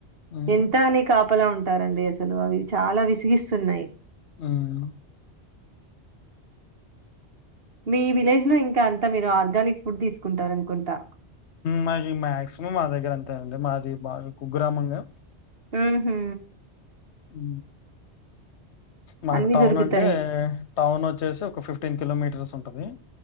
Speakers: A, on the left; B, on the right.
A: హ్మ్.
B: ఎంత అని కా పలా ఉంటారండి అసలు అవి చాలా విసిగిస్తున్నాయి
A: ఉమ్
B: మీ విలేజ్ లో ఇంకా అంతా మీరు ఆర్గానిక్ ఫుడ్ తీసుకుంటారు అనుకుంటా
A: మాది మాక్సిమం మా దగ్గర అంతేనండి మాది బాగా కుగ్రామంగా
B: ఉహు
A: ఉ మాకు
B: అన్ని
A: టౌన్
B: దొరుకుతాయి
A: అంటే టౌన్ వచ్చేసి ఒక ఫిఫ్టీన్ కిలోమీటర్స్ ఉంటుంది